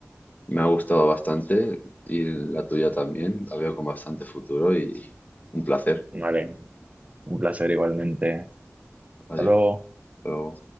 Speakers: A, on the left; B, on the right.
A: Me ha gustado bastante y la tuya también. La veo con bastante futuro y un placer.
B: Vale, un placer igualmente.
A: Adiós.
B: Hasta luego.
A: Hasta luego.